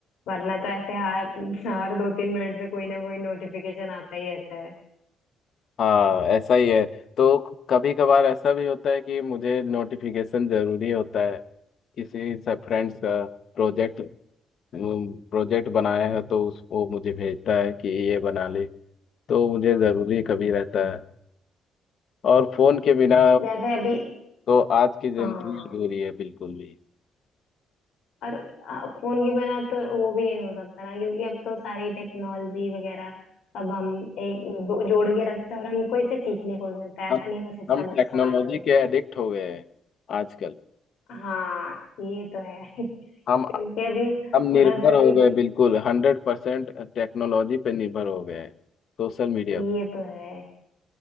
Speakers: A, on the left; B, on the left.
A: वरना तो ऐसे हर हर दो तीन मिनट पे कोई ना कोई नोटिफिकेशन आता ही रहता है
B: हाँ ऐसा ही है तो कभी कभार ऐसा भी होता है कि मुझे नोटिफिकेशन जरूरी होता है किसी से फ्रेंड्स का प्रोजेक्ट प्रोजेक्ट बनाया है तो उस वो मुझे भेजता है कि ये बना ले तो मुझे ज़रूरी कभी रहता है और फ़ोन के बिना
A: जैसे अभी
B: तो आज की ज़िंदगी
A: हाँ
B: अधूरी है बिल्कुल भी
A: और आ, फोन के बिना तो वो भी नहीं हो सकता ना क्योंकि अब तो सारी टेक्नोलॉजी वगैरह सब हम एक दो- जोड़ के रखते हैं और हमको इसे सीखने को भी मिलता है
B: हम
A: ऐसा नहीं बस इसका
B: हम
A: नुकसान
B: टेक्नोलॉजी
A: ही है
B: के एडिक्ट हो गए हैं आजकल
A: हाँ ये तो है <laughs>
B: हम
A: क्योंकि अभी
B: हम निर्भर
A: थोड़ा सा
B: हो
A: भी
B: गए बिल्कुल हंड्रेड परसेंट टेक्नोलॉजी पे निर्भर हो गए हैं सोशल मीडिया
A: ये
B: पे।
A: तो है